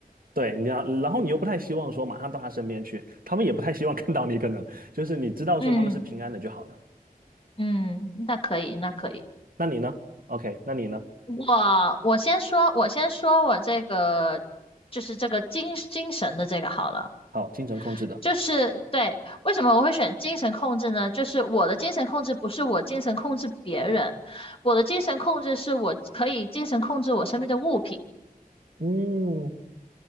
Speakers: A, on the right; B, on the left.
A: 对，你要，然后你又不太希望说马上到他身边去，他们也不太希望看到你，可能就是你知道说他们是平安的就好了。
B: 嗯嗯，那可以，那可以。
A: 那你呢？OK，那你呢？
B: 我我先说，我先说我这个就是这个精精神的这个好了，
A: 好，精神控制的。
B: 就是对，为什么我会选精神控制呢？就是我的精神控制不是我精神控制别人，我的精神控制是我可以精神控制我身边的物品，
A: 嗯，